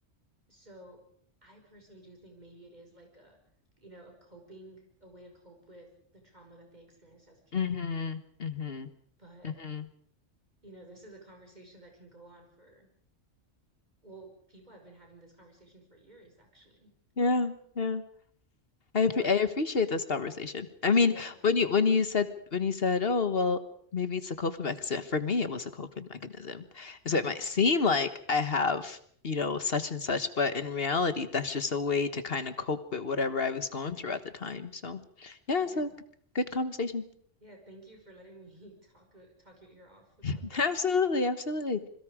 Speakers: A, on the right; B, on the left.
A: So I personally do think maybe it is like a, you know, a coping, a way to cope with the trauma that they experienced as a kid.
B: hmm hmm
A: But,
B: hmm
A: you know, this is a conversation that can go on for, well, people have been having this conversation for years, actually.
B: Yeah, yeah. I
A: But
B: appre I appreciate this conversation. I mean,
A: yeah,
B: when you when you said when you said, "Oh, well, maybe it's a coping mechanism." For me, it was a coping mechanism.
A: yeah,
B: And so it might seem like I have, you know, such and such, but in reality, that's just a way to kind of cope with whatever I was going through at the time. So, yeah,
A: yeah,
B: it's a g- good conversation.
A: yeah. Thank you for letting me <laughs> talk uh, talk your ear off about
B: <laughs>
A: this.
B: Absolutely, absolutely.